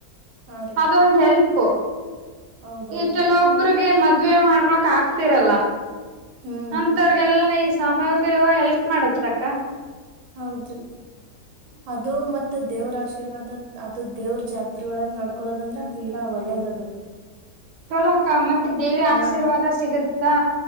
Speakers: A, on the right; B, on the right.
A: ಹಾ ರೀ
B: ಅದೊಂದ ಹೆಲ್ಪ್
A: ಹೌದೌದ್ರಿ
B: ಈ ಕೆಲವೊಬ್ರರಿಗೆ ಮ ಮದ್ವೆ ಮಾಡ್ಕೊಕ್ ಆಕ್ತಿರಲ್ಲ
A: ಹ್ಮ್
B: ಅಂತವ್ರಗೆಲ್ಲಾ ಈ ಸಮಯಕ್ಕೂ ಯಾವ ಹೆಲ್ಪ್ ಮಾಡತ್ಕ್ಕ
A: ಹೌದ್ರಿ ಅದು ಮತ್ತ ದೇವ್ರ ಆಶೀರ್ವಾದ ಅದು ದೇವ್ರ ಜಾತ್ರೆೊಳಗ ಮಾಡ್ಕೊೊಳ್ಳೋದಂದ್ರೆ ತೀರಾ ಒಳ್ಳೇದದು
B: ಚಲಕ್ಕ ಮತ್ತೆ ದೇವಿಯ
A: ಹಾ
B: ಆಶೀರ್ವಾದ ಸಿಗುತ್ತಾ